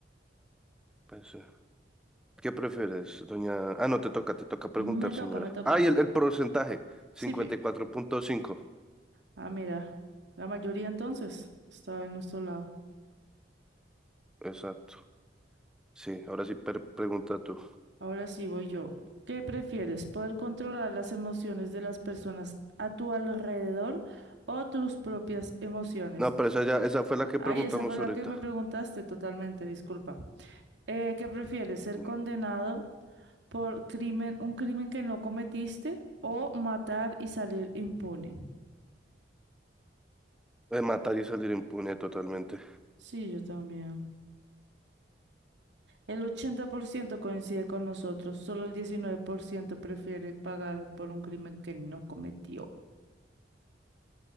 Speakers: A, in the centre; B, on the right.
A: pues, eh, ¿Qué prefieres, doña? Ah, no, te toca, te toca preguntar,
B: me toca,
A: señora.
B: me toca.
A: Ah, y el, el porcentaje, cincuenta
B: Sí,
A: y cuatro punto cinco,
B: Ah, mira, la mayoría entonces estaba en nuestro lado.
A: Exacto. Sí, ahora sí per- pregunta tú.
B: Ahora sí voy yo. ¿Qué prefieres? ¿Poder controlar las emociones de las personas a tu alrededor o tus propias emociones?
A: No, pero esa ya, esa fue la que
B: Ay,
A: preguntamos
B: esa fue la
A: ahorita.
B: que me preguntaste totalmente, disculpa. Eh, ¿qué prefieres? ¿Ser
A: Mm.
B: condenado por crimen, un crimen que no cometiste o matar y salir impune?
A: De matar y salir impune totalmente.
B: Sí, yo también. El 80% coincide con nosotros, solo el 19% prefiere pagar por un crimen que no cometió.